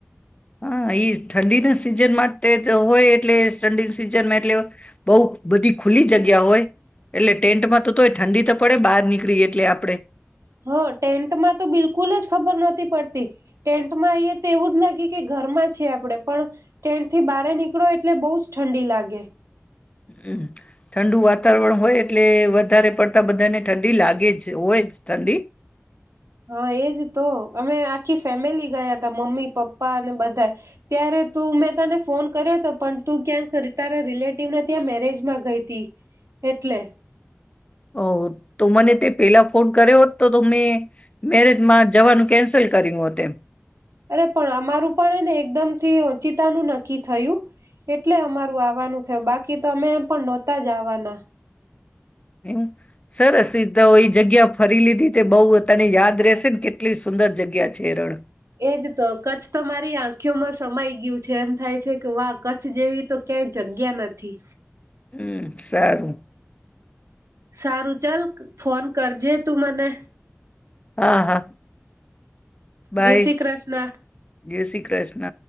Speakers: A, on the left (about 25°); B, on the right (about 80°).
A: હા એ ઈ ઠંડીના સિઝન માટે હોય એટલે ઠંડી સિઝનમાં એટલે બહુ બધી ખુલ્લી જગ્યા હોય એટલે ટેન્ટમાં તો તોય ઠંડી તો પડે બહાર નીકળી એટલે આપણે.
B: હા, ટેન્ટમાં તો બિલકુલ જ ખબર નતી પડતી. ટેન્ટમાં અહીંયા તો એવું જ લાગે કે ઘરમાં છે આપણેે. પણ ટેન્ટ થી બહાર નીકળો એટલે બહુ જ ઠંડી લાગે.
A: અમ્મ હમ્મ. ઠંડુ વાતાવરણ હોય એટલે વધારે પડતા બધાને ઠંડી લાગે જ હોય જ ઠંડી.
B: હા એજ તો અમે આખી ફેમિલી ગયા તા, મમ્મી પપ્પા અને બધા ત્યારે તું મેં તને ફોન કર્યો હતો પણ તું ક્યાંક તારા રિલેટિવને ત્યાં મેરેજમાં ગઈ તી એટલે.
A: ઓવો તો મને તે પેલા ફોન કર્યોત તો મેં મેરેજમાં જવાનું કેન્સલ કર્યું હો તેમ.
B: અરે પણ અમારું પણ એને એકદમ થી ઓચિતાનું નક્કી થયું એટલે અમારું આવાનું થયું. બાકી તો અમે પણ નત તા જવાના.
A: એમ સરસ સીધા હોઈ જગ ગ્યા ફરી લીધી તે બહ તને યાદ રહેશે ને કેટલી સુંદર જગ્યા છે રણ.
B: એજ તો કચ્છ તો મારી આંખયોમાં સમાઈ ગયું છે એમ થાય છે કે વાહ કચ્છ જેવી તો ક્યાંય જગ્યા નથી.
A: હમ્મ સારું.
B: સારું ચાલ ફોન કરજે તું મને.
A: હા, હા. બાય.
B: જય શ્રી કૃષ્ણ
A: જય શ્રી કૃષ્ણ.